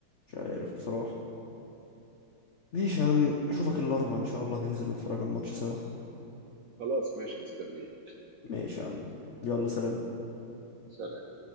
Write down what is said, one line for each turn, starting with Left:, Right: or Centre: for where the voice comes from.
Left: مش عارف بصراحة ماشي يا عم اشوفك الاربعاء ان شاء الله ننزل نتفرج على الماتش سوا
Right: خلاص ماشي مستنيين
Left: ماشي يا عم يلا سلام
Right: سلام